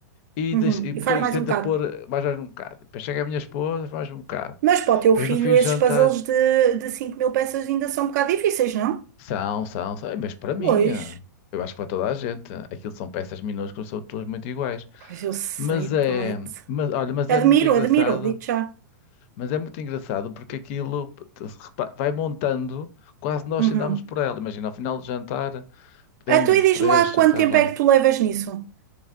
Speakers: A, on the left; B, on the right.
A: e,
B: Uhum.
A: deixa- e
B: <laughs> E
A: põe-
B: faz mais
A: tenta
B: um bocado.
A: pôr mais, mais um bocado. Depois chega a minha esposa, mais um bocado.
B: Mas para o teu
A: Depois
B: filho,
A: no fim do
B: esses
A: jantar,
B: puzzles de, de cinco mil peças ainda são um bocado difíceis, não?
A: são, são, são, Eh, mas para mim,
B: Pois.
A: ah, eu acho que para toda a gente, aquilo são peças minúsculas, são todas muito iguais.
B: Pois eu sei,
A: Mas é,
B: pai.
A: mas, olha, mas
B: Admiro,
A: é muito engraçado
B: admiro. Digo-te já.
A: Mas é muito engraçado porque aquilo te- se repa- vai montando, quase nós
B: Uhum.
A: andamos por ela. Imagina, ao final do jantar, podemos
B: Então, e
A: os
B: diz-me
A: três
B: lá
A: jantar
B: quanto tempo
A: lá.
B: é que tu levas nisso?